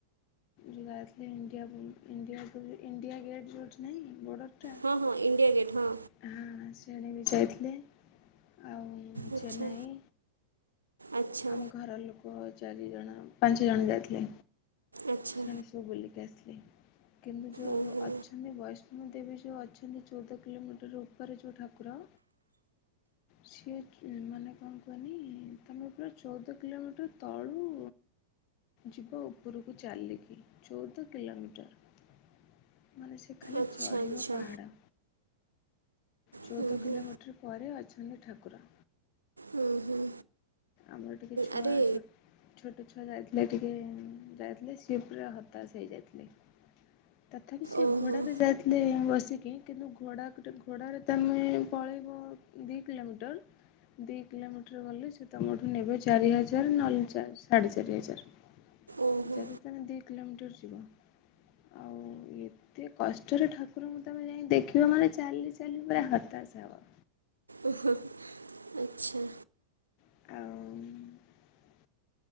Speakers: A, on the left; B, on the right.
A: ଯାଇଥିଲି ଇଣ୍ଡିଆ ବୁ ଇଣ୍ଡିଆ ବୁଲି ଇଣ୍ଡିଆ ଗେଟ୍ ଯୋଉଠି ନାହିଁ ବୋର୍ଡର ଟା
B: ହଁ ହଁ ଇଣ୍ଡିଆ ଗେଟ୍ ହଁ।
A: ହଁ ସେଆଡ଼େ ବି ଯାଇଥିଲେ ଆଉ
B: ଆଚ୍ଛା
A: ଚେନ୍ନାଇ।
B: ଆଚ୍ଛା
A: ଆମ ଘର ଲୋକ ଚାରି ଜଣ, ପାଞ୍ଚ ଜଣ ଯାଇଥିଲେ।
B: ଆଚ୍ଛା
A: ସବୁ ବୁଲିକି ଆସିଲି କିନ୍ତୁ ଯୋଉ
B: ଓହୋ
A: ଯୋଉ ଅଛନ୍ତି ବୈ ହୁଁ ଦେବୀ ଯୋଉ ଅଛନ୍ତି ଚଉଦ କିଲୋମିଟର ଉପରେ ଯୋଉ ଠାକୁର ସିଏ ମାନେ କଣ କୁହନି ତମେ ଚଉଦ କିଲୋମିଟର ତଳୁ ଯିବ ଉପରକୁ ଚାଲିକି ଚଉଦ କିଲୋମିଟର ମାନେ ସେ ଖାଲି
B: ଆଚ୍ଛା
A: ଚଢ଼ିବ
B: ଆଚ୍ଛା
A: ପାହାଡ଼। ଚଉଦ
B: ହୁଁ
A: କିଲୋମିଟର
B: ହୁଁ
A: ପରେ ଅଛନ୍ତି ଠାକୁର।
B: ହୁଁ ହୁଁ।
A: ଆମର ଟିକେ ଛୁଆ
B: ଆରେ
A: ଅଛନ୍ତି। ଛୋଟ ଛୁଆ ଯାଇଥିଲେ ଟିକେ ଯାଇଥିଲେ ସିଏ ପୁରା ହତାଶ ହେଇଯାଇଥିଲେ। ତଥାପି ସିଏ
B: ଓହୋ
A: ଘୋଡ଼ାରେ ଯା ରେ ବସିକି କିନ୍ତୁ ଘୋଡ଼ା କରେ ଘୋଡ଼ାରେ ତ ଆମେ ପଳେଇବ ଦିଇ କିଲୋମିଟର ଦିଇ କିଲୋମିଟର ଗଲେ ସେ ତମଠୁ ନେବେ ଚାରି ହଜାର ନଏଲେ ଚା ସାଢ଼େ ଚାରି ହଜାର।
B: ଓହୋ
A: ଯଦି ତମେ ଦି କିଲୋମିଟର ଯିବ ଆଉ ଇଏ ଏତେ କଷ୍ଟରେ ଠାକୁରଙ୍କୁ ତମେ ଯାଇଁ ଦେଖିବ ମାନେ ଚାଲି ଚାଲି ପୁରା ହତାଶ ହବ।
B: ଓହୋ ଆଚ୍ଛା।
A: ଆଉ।